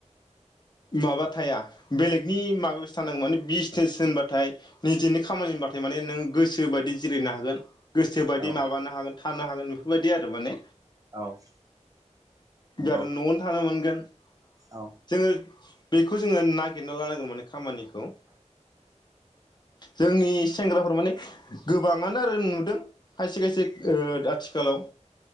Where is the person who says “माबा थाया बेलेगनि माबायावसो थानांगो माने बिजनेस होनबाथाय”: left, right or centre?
Left